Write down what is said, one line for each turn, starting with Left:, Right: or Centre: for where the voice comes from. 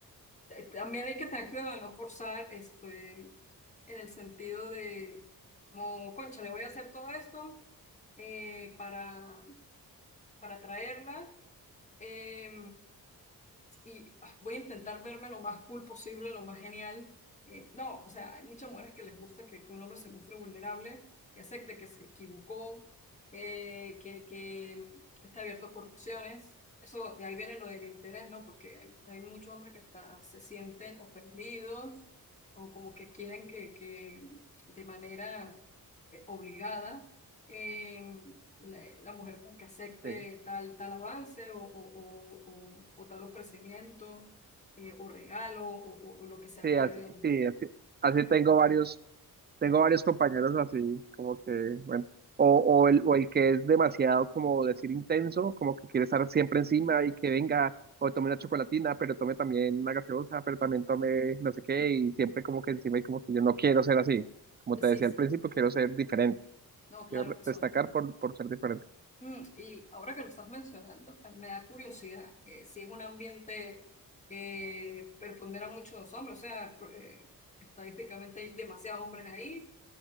Left: eh, también hay que tener cuidado de no forzar esto, eh, en el sentido de, como, concha, le voy a hacer todo esto eh, para, para traerla Eh, y ah, voy a intentar verme lo más cool posible, lo más genial. Eh, no, o sea, hay muchas mujeres que les gusta que, que un hombre se muestre vulnerable, que acepte que se equivocó, eh, que, que está abierto a correcciones. Eso, de ahí viene lo del interés, ¿no? Porque hay, hay muchos hombres que hasta se sienten ofendidos o como que quieren que, que de manera eh, obligada Em, la, la mujer como que acepte
Right: sí,
Left: tal, tal avance o, o, o, o- o tal ofrecimiento eh, o regalo o, o- o lo que sea
Right: sí,
Left: que
Right: así,
Left: le den.
Right: sí, así, así tengo varios. Tengo varios compañeros así, como que, bueno, o, o, el, o el que es demasiado, como decir, intenso, como que quiere estar siempre encima y que venga, o tome una chocolatina, pero tome también una gaseosa, pero también tome no sé qué, y siempre como que encima y como que yo no quiero ser así. Como te
Left: Sí,
Right: decía
Left: sí,
Right: al principio, quiero ser diferente,
Left: no, claro,
Right: quiero re-
Left: eso.
Right: destacar por, por ser diferente.
Left: Mm, y ahora que lo estás mencionando, eh, me da curiosidad eh, si es un ambiente que prepondera mucho a los hombres, o sea, pr- eh, estadísticamente hay demasiados hombres ahí